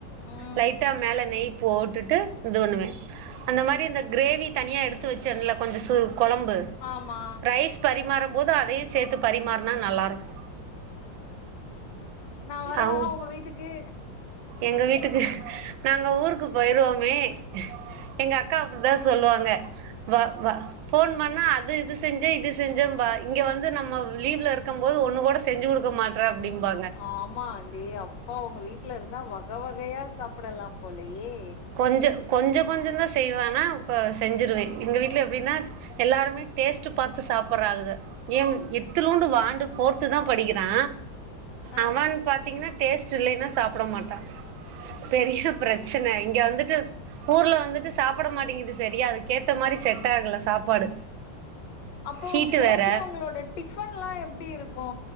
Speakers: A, on the left; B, on the right.
A: ம்
B: லைட்டா மேல நெய் போட்டுட்டு இது வண்ணுவே அந்த மாரி இந்த கிரேவி தனியா எடுத்து வச்சேன்ல கொஞ்ச சுர் கொழம்பு
A: ஆமா
B: ரைஸ் பரிமாறம் போது அதையு சேத்து பரிமாற்னா நல்லா இருக்கு
A: நா வர
B: அவுங்
A: வா உங்க வீட்டுக்கு
B: எங்க வீட்டுக்கு நாங்க ஊருக்கு போயிருவோமே எங்க அக்கா அப்டிதா சொல்லுவாங்க வ வ ஃபோன் பண்ணா அது இது செஞ்சே இது செஞ்சேம்பா இங்க வந்து நம்மவ் லீவ்ல இறக்கம் போது ஒண்ணு கூட செஞ்சு குடுக்க மாட் ட்ர அப்டிம்பா
A: ஆமாண் டே அப்பா உங்க வீட்ல இருந்தா வக வகையா சாப்படலாம் போலயே
B: கொஞ்ச கொஞ்ச கொஞ்சந்தா செய்வே ஆனா கொ செஞ்சிருவே எங்க வீட்ல எப்டினா எல்லாருமே டேஸ்ட்டு பாத்து சாப்பற ஆலுக இம் இத்துலூண்டு வாண்டு ஃபோர்த்து தா படிக்கிறா
A: ஆ
B: அவன் பாத்தீங்னா டேஸ்ட் இல்லைன்னா சாப்பட மாட்டா பெரிய பிரச்சன
A: ஓ
B: இங்க வந்துட்டு ஊர்ல வந்துட்டு சாப்பட மாட்டேங்கிது சரியா அதுக்கேத்த மாரி செட் ஆகல சாப்பாடு
A: அப்போ
B: ஹீட்டு
A: மோஸ்ட்லி
B: வேற
A: உங்களோட டிஃபன்ல்லா எப்டி இருக்கு